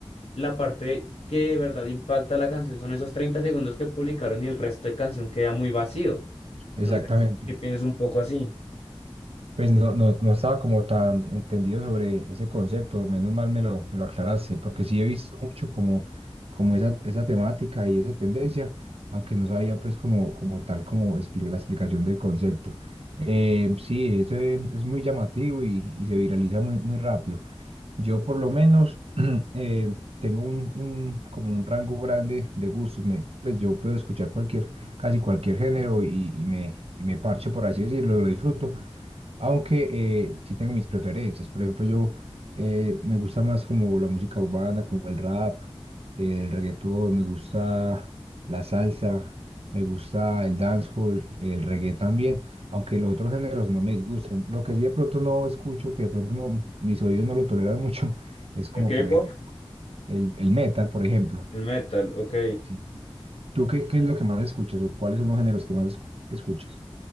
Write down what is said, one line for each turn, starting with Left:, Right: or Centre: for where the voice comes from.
Left: la parte que de verdad impacta la canción son esos 30 segundos que publicaron y el resto de canción queda muy vacío.
Right: exactamente.
Left: No sé si piensas un poco así.
Right: Pues no, no, no estaba como tan entendido sobre ese concepto, menos mal me lo, me lo aclaraste, porque sí he visto mucho como, como esa, esa temática y esa tendencia, aunque no sabía pues como, como tal como expli- la explicación del concepto. Eh, sí, eso es, es muy llamativo y, y se viraliza muy, muy rápido. Yo por lo menos <clears throat> eh, tengo un, un- como un rango grande de gustos, me, pues yo puedo escuchar cualquier, casi cualquier género y, y me, y me parcho, por así decirlo, lo disfruto aunque eh, sí tengo mis preferencias. Por ejemplo, yo eh, me gusta más como la música urbana, como el rap, el reggaetón, me gusta la salsa, me gusta el dancehall, el reggae también. Aunque los otros géneros no me disgusten. Lo que sí de pronto no escucho, que de pronto no- mis oídos no lo toleran mucho, <laughs> es como
Left: El K-pop,
Right: por ejemplo el, el metal, por ejemplo.
Left: El metal, ok.
Right: Sí. ¿Tú qué, qué es lo que más escuchas o cuáles son los géneros que más es- que escuchas?